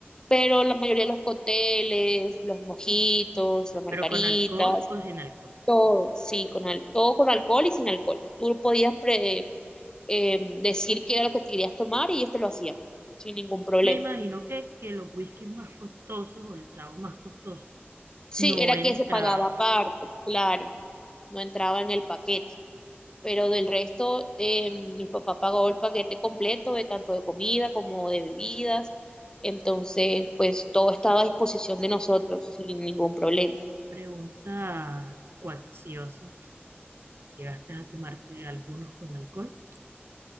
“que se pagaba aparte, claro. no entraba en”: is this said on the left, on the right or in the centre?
Left